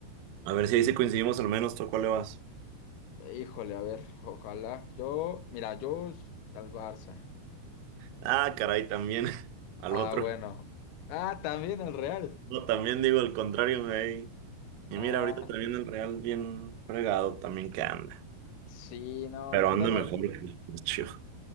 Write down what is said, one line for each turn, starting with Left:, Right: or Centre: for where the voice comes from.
Right: A ver si ahí sí coincidimos al menos, ¿tú a cuál le vas?
Left: Híjole, a ver, ojalá. Yo, mira, yo s- al Barça.
Right: Ah, caray, también <laughs> al
Left: Ah,
Right: otro.
Left: bueno. Ah, también al Real.
Right: No, también digo el contrario, güey. Y
Left: Ah,
Right: mira, ahorita también el Real bien fregado también que anda.
Left: sí, no,
Right: Pero
Left: pura
Right: anda
Left: mal.
Right: mejor que los Chivas.